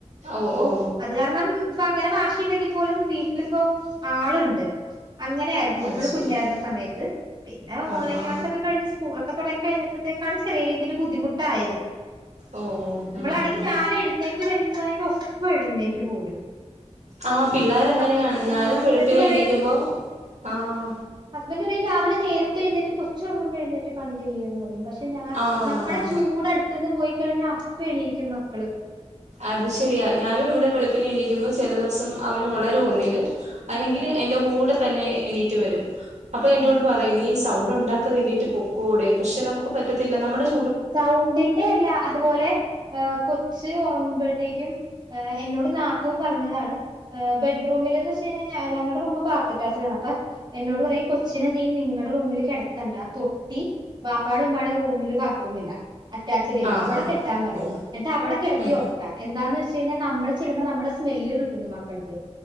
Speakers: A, on the right; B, on the right.
A: ഓ
B: അപ്പൊ
A: ഓ
B: അത് കാരണം ഇപ്പ അങ്ങനെ വാശിയുണ്ടെങ്കി പോലും വീട്ടിലിപ്പോ ആളുണ്ട് അങ്ങനെയായിരുന്നു
A: അത്
B: ഇവള്
A: ശരി
B: കുഞ്ഞായിരുന്ന സമയത്ത് പിന്നെ ഓൺലൈൻ
A: ആഹാ
B: ക്ലാസ് ഒക്കെ കഴിഞ്ഞ് സ് സ്ക്കൂളൊക്ക തുടങ്ങി കഴിഞ്ഞപ്പോഴത്തേക്കാണ് ചെറിയ ഒരു രീതിയിൽ ബുദ്ധിമുട്ടായത്
A: ഓ
B: ഇവളാണെങ്കി
A: ഉം ഉം
B: ഞൻ എഴുന്നേ വരുന്നതിന്റെ ഒപ്പംഎഴുന്നേറ്റ് പോരും
A: ആ പിള്ളേരങ്ങനെയാണ്
B: ഹസ്
A: ഞാനും
B: ഹസ്ബൻഡ്
A: വെളുപ്പിനെ
B: പറയും
A: എണീക്കുമ്പോ ആഹ
B: ഹസ്ബൻറ് പറയും രാവിലെ നേരത്തെഴുന്നേറ്റ് കൊച്ചറങ്ങുമ്പഴുന്നേറ്റ് പണി ചെയ്യുന്ന് പറയും പക്ഷേ പെ ഞാൻ
A: ആഹ്
B: നമ്മടെ ചൂട് അടുത്ത്ന്ന് പോയിക്കഴിഞ്ഞാൽ അ പെണീക്കും മക്കള്
A: അത് ശരിയാ ഞാനും ഇവിടെ വെളുപ്പിനെ എണിക്കുമ്പോ ചില ദിവസം അവന് ഉണരുവൊന്നിൽ അല്ലെങ്കിൽ
B: ആഹ്
A: എന്റെ കൂടെ തന്നെ എണീറ്റ് വരും അപ്പൊ എന്നോട്
B: ആഹ്
A: പറയുന്ന നി സൗ ണ്ട് ഉണ്ടാക്കതേണിറ്റ് പൊക്കൂടെ പക്ഷെ നമുക്ക് പറ്റത്തില്ല നമ്മുടെ ഇ
B: സൗണ്ടിന്റെ എല്ലാ അതുപോലെ കൊ കൊച്ച് ഉറങ്ങുമ്പഴത്തേക്കും എന്നോട് നാത്തുൻ പറഞ്ഞതാണ് ബെഡ്റൂമില് നിന്ന് വെച്ച് കഴിഞ്ഞാൽ ഞങ്ങളുടെ റൂമ് ബാത്ത് അറ്റാച്ച്ഡ് ആണ് അപ്പ എന്നോട് പറയും കൊച്ചിനെ നീ നിങ്ങളുടെ റൂമിൽ കിടത്തണ്ട തൊട്ടി വാപ്പാടേം ഉമ്മടേം റൂമിൽ ബാ ത്രൂമില്ല അറ്റാച്ചഡ് ഇല്ല
A: ആഹ്
B: അവിടെ
A: ആഹ്
B: കെട്ടാൻ പറയും
A: ഓഹ്
B: എന്നിട്ട് അവിടെ കിടത്തി
A: ഉം
B: ഉറക്കൻ എന്താന്ന് വെച്ച ച്ച് കഴിഞ്ഞാൽ നമ്മള് ചെല്ലുബോ നമ്മുടെ സ്മെല്ല് കിട്ടുന്നു മക്കൾക്ക്